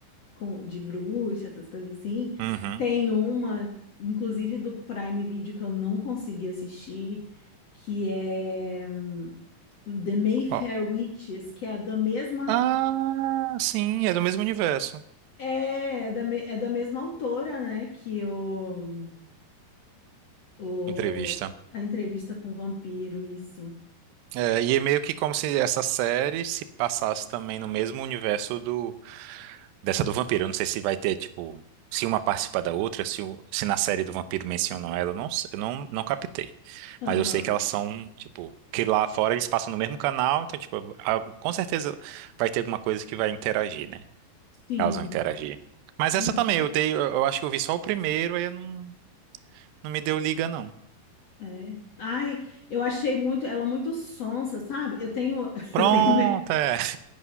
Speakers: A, on the left (about 45°); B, on the right (about 80°).
A: com, de bruxa, essas coisas assim.
B: Uhum.
A: Tem uma, inclusive do Prime Video que eu não consegui assistir, que é. The Mayfair
B: Ó.
A: Witches, que é da mesma
B: Ah, sim, é do mesmo universo.
A: é, é da, me- é da mesma autora, né? Que o, o
B: Entrevista.
A: a entrevista com o vampiro, isso.
B: É, e é meio que como se essa série se passasse também no mesmo universo do Dessa do vampiro, eu não sei se vai ter, tipo, se uma participa da outra, se, o- se na série do vampiro mencionam ela, eu não, se- eu não, não captei.
A: Aham,
B: Mas eu sei que elas são, tipo, que lá fora eles passam no mesmo canal, então, tipo, a- com certeza vai ter alguma coisa que vai interagir, né?
A: sim.
B: Elas vão interagir. Mas
A: Uhum,
B: essa também, eu dei, eu, eu acho que eu vi só o primeiro, aí eu não, não me deu liga, não.
A: é. Ai, eu achei muito ela muito sonsa, sabe? Eu tenho <laughs>
B: Pronto,
A: eu tenho
B: é.